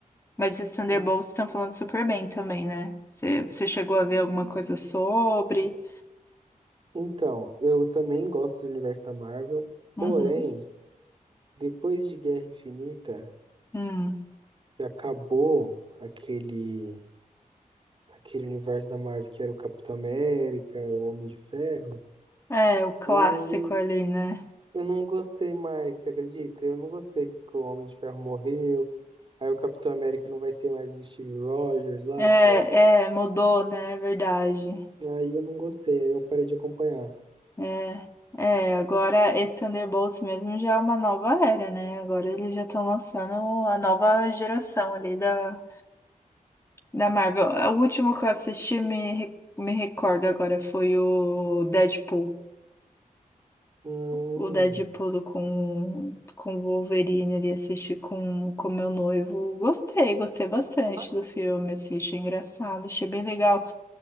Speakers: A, on the left (about 20°); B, on the right (about 35°).
A: Mas esses Thunderbolts
B: sim.
A: estão falando super bem também, né? Você, você chegou a ver alguma coisa sobre?
B: Então, eu também gosto do universo da Marvel,
A: Uhum.
B: porém, depois de Guerra Infinita,
A: Hum.
B: que acabou aquele aquele universo da Marvel que era o Capitão América, o Homem de Ferro,
A: É, o clássico
B: eu,
A: ali, né?
B: eu não gostei mais, você acredita? Eu não gostei que o Homem de Ferro morreu. Aí o Capitão América não vai ser mais o Steve Rogers lá,
A: É,
B: que é o.
A: é, mudou, né? É verdade.
B: Aí eu não gostei, aí eu parei de acompanhar.
A: É, é, agora esse Thunderbolts mesmo já é uma nova era, né? Agora eles já estão lançando a nova geração ali da, da Marvel. É, O último que eu assisti, me, re- me recordo agora, foi o Deadpool.
B: Hum.
A: O Deadpool com, com o Wolverine ali, assisti com com meu noivo. Gostei, gostei bastante
B: É bastante.
A: do filme, assim, achei engraçado, achei bem legal.